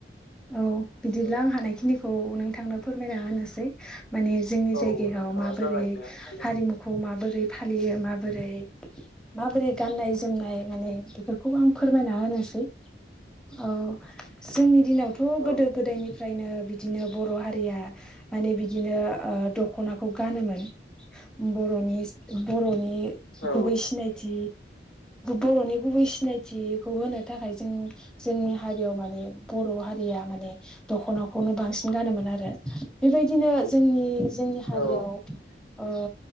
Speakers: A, in the centre; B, on the left (about 90°).
A: औ बिदिब्ला
B: औ
A: आं हानायखिनिखौ नोंथांनो फोरमायना होनोसै माने जोंनि
B: औ
A: जायगायाव
B: नोंथाङा
A: माबोरै
B: जागायनो हासिगोन
A: हारिमुखौ माबोरै फालियो माबोरै माबोरै गाननाय जोमनाय माने बेफोरखौ आं फोरमायना होनोसै औ जोंनि दिनावथ'
B: औ
A: गोदो गोदायनिफ्राय ओमफ्राय नो बिदिनो बर' हारिया माने बिदिनो दखनाखौ गानोमोन। बर बर'नि
B: औ
A: गुबै सिनायथि बर'नि गुबै सिनायथिखौ होनो थाखाय जों जोंनि हारियाव माने बर' हारिया माने दख'नाखौनो बांसिन गानोमोन आरो बेबायदिनो जोंनि जोंनि हा
B: औ
A: याव आ